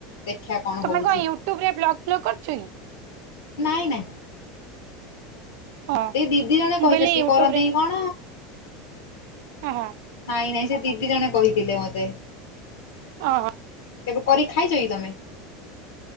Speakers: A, on the left (about 85°); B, on the right (about 70°).
A: ଦେଖିଆ କଣ
B: ତମେ
A: ହଉଛି
B: କଣ ୟୁଟ୍ୟୁବରେ୍ ବ୍ଲଗ ଫ୍ଲଗ କରୁଛ କି?
A: ନାଇଁ ନାଇଁ।
B: ହଁ
A: ସେଇ ଦିଦି ଜଣେ
B: ମୁଁ
A: କହିଥିଲା
B: କହିଲି
A: ସିଏ
B: ୟୁଟ୍ୟୁବ
A: କରନ୍ତି
B: ରେ
A: କି କଣ
B: ହଁ ହଁ
A: ନାଇଁ ନାଇଁ ସେ ଦିଦି ଜଣେ କହିଥିଲେ ମତେ।
B: ଅହ।
A: କେବେ କରିକି ଖାଇଛ କି ତମେ?